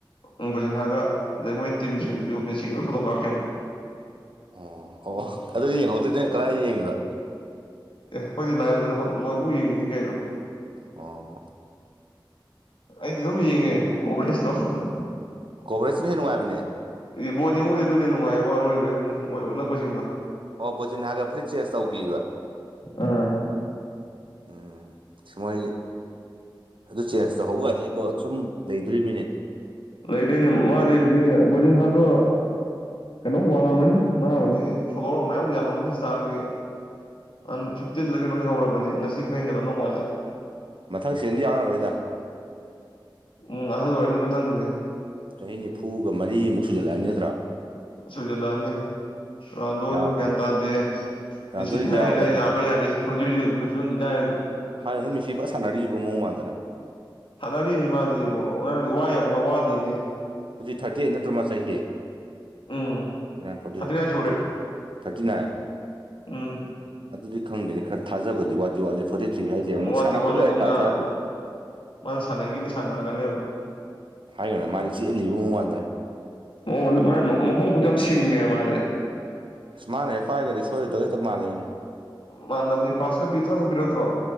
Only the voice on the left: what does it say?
ꯎꯝ ꯕꯨꯖꯟ ꯍꯥꯒ ꯑꯗꯩ ꯃꯣꯏ ꯇꯤꯝꯁꯤꯡꯗꯨꯁꯨ ꯃꯦꯁꯤꯒ ꯂꯣꯏ ꯐꯣꯇꯣ ꯀꯥꯞꯈꯤꯕꯅꯦ
ꯑꯦ ꯍꯣꯏꯗꯤ ꯂꯥꯏ <unintelligible> ꯑꯗꯨ <unintelligible> ꯂꯣꯏꯐꯥꯎ ꯌꯦꯡꯏꯝꯅꯤ ꯀꯩꯅꯣ
ꯑꯩꯗꯤ ꯑꯗꯨꯝ ꯌꯦꯡꯉꯦ ꯀꯣꯕ꯭ꯔꯦꯁꯇꯣ <unintelligible>
<unintelligible> ꯕꯣꯟ ꯌꯦꯡꯕꯕꯨꯗꯤ ꯑꯗꯨꯅꯍꯦꯟ ꯅꯨꯡꯉꯥꯏꯕꯉꯣ ꯑꯔꯣꯏꯕꯩꯗꯨꯅ ꯃꯣꯏ ꯎꯠꯂꯛꯄꯁꯤꯡꯗꯣ
ꯑꯥ
ꯂꯩꯗꯣꯏꯅꯦ ꯃꯥꯗꯤ ꯍꯧꯖꯤꯛ ꯕꯣꯖꯤꯟꯍꯥꯥꯗꯣ ꯀꯩꯅꯣ ꯋꯥꯡꯉꯝꯃꯅꯤ ꯃꯥ ꯍꯧꯖꯤꯛ ꯐꯣꯂꯣꯋꯔ ꯃꯌꯥꯝ ꯌꯥꯝꯃꯝꯃꯅꯤ ꯏꯟꯁꯇꯥꯒꯤ ꯍꯥꯟ ꯐꯤꯞꯇꯤꯟꯂꯥ ꯀꯩꯅꯣ ꯂꯩꯍꯧꯔꯕꯅꯤ ꯉꯁꯤ ꯈꯔ ꯍꯦꯟꯒꯠꯂꯝꯗꯧ ꯃꯟꯂꯦ
ꯎꯝ ꯑꯍꯜ ꯑꯣꯏꯔꯅꯤ ꯃꯊꯪꯗꯤ
ꯁꯨꯖꯤꯜꯂꯛꯑꯅꯤ ꯔꯣꯅꯟꯗꯣꯗꯨ
ꯒ꯭ꯌꯥꯟ ꯇꯥꯗꯦ
ꯃꯦꯁꯤ ꯊꯥꯏ
ꯍꯥꯏꯗꯥꯏ ꯌꯥꯕꯥ ꯌꯥꯔꯤ ꯍꯧꯖꯤꯛ ꯂꯩꯕꯤꯅꯥ ꯐꯤꯕꯝꯁꯤ ꯇꯥꯏꯔꯗꯤ
ꯊꯥꯅꯔꯤꯝꯅꯦ ꯃꯥꯗꯤ ꯕꯣ <unintelligible> ꯋꯥ ꯌꯥꯕ ꯃꯥ ꯋꯥꯗꯦꯅꯦ
um
thirty
nine
ꯁꯨꯔꯦ
ꯎꯝ
ꯋꯥꯠꯇꯦ
ꯋꯥꯠꯂꯦ ꯑꯗꯨ
ꯃꯥ
ꯃꯥꯅ ꯁꯥꯟꯅꯒꯤꯗꯤ ꯁꯥꯟꯅꯔꯛꯒꯅꯦꯕ
ꯃꯑꯣꯡ ꯑꯗꯨ ꯃꯥ ꯃꯈꯣꯡ ꯈꯨꯗꯤ ꯌꯥꯝ ꯁꯤꯡꯉꯦꯕ ꯃꯥꯁꯦ
ꯃꯥꯟꯗꯕꯅꯤ ꯄꯥꯁꯀ ꯄꯤ ꯊꯔꯁꯨꯛ ꯄꯤꯔꯛꯇ꯭ꯔꯣ